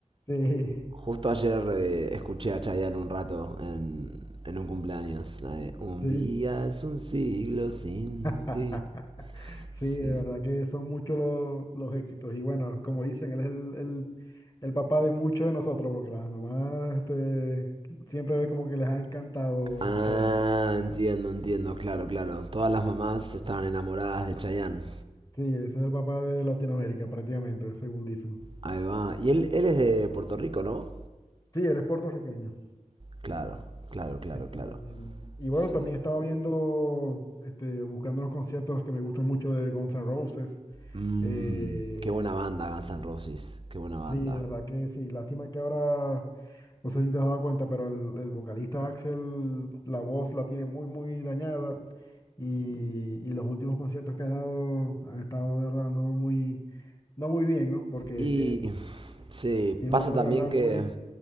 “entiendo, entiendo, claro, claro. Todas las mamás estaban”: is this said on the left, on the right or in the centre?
Right